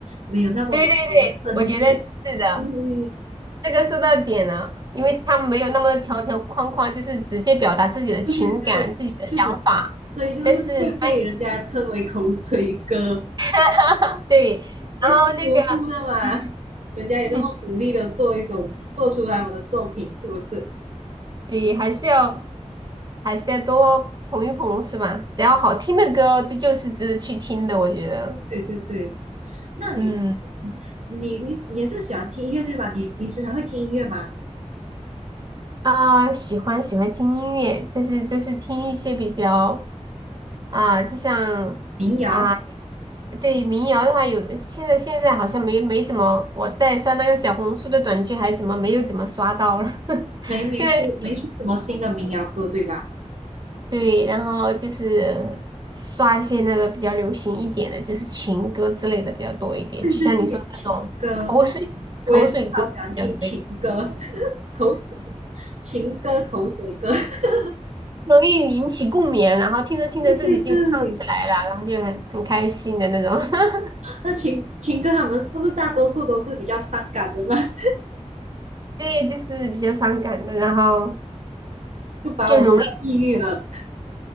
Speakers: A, on the right; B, on the right.
A: 没有那么多
B: 对对对，
A: 深意。
B: 我觉得是的，
A: 对
B: 这个说到点了，因为他们没有那么多条条框框，就是直接表达自己的情感、
A: 对对对，
B: 自己的想法，
A: 就只所以就是会被人家称为口水歌。
B: 但是他 <laughs> 对，
A: 在听无辜的嘛，
B: 然后那个。嗯
A: 人家也那么努力的做一首，
B: <laughs>
A: 做出他们的作品，是不是？
B: 对，还是要还是要多捧一捧，是吧？只要好听的歌，这就是值得去听的，我觉得。
A: 对对对，那你
B: 嗯，
A: 你你你也是喜欢听音乐对吧？你你时常会听音乐吗？
B: 啊，喜欢喜欢听音乐，但是都是听一些比较啊，就像啊，
A: 民谣
B: 对民谣的话有，现在现在好像没没怎么，我在刷那个小红书的短剧，还怎么没有怎么刷到了？<laughs>
A: 没没出没出什么新的民谣歌对吧？
B: 现在对，然后就是刷一些那个比较流行一点的，就是情歌之类的比较多一点，
A: <laughs> 对对对，
B: 就像你说的那种口水口水歌比较多一点
A: 情歌我也是超喜欢听情歌，口情歌口水歌。<laughs>
B: 容易引起共鸣啊，然后听着听着自己就唱起来了，
A: 对对对，
B: 然后就很很开心的那种，<laughs>
A: 那情情歌他们不是大多数都是比较伤感的吗？<laughs>
B: 对，就是比较伤感的，然后
A: 就把我搞抑郁了。
B: 就容易。